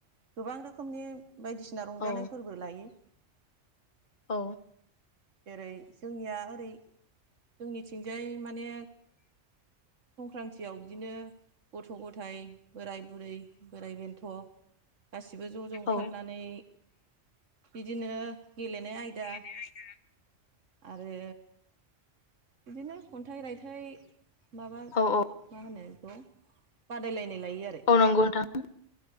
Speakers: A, on the right; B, on the left.
A: गोबां रोखोमनि बायदिसिना रंजानाय
B: औ
A: फोरबो लायो।
B: औ
A: जेरै जोंनिया ओरै जोंनिथिंजाय माने संक्रान्तियाव बिदिनो गथ' गथाइ बोराय बुरै बोराइ बेन्थ' गासैबो गसिबो ज' ज' ओंखारनानै
B: औ
A: बिदिनो गेलेनाय आयदा
B: <inaudible>
A: आरो बिदिनो खन्थाइ रायथाइ माबा
B: औ औ
A: मा होनो? बादायलायनाय लायो आरो
B: औ नंगौ नोंथां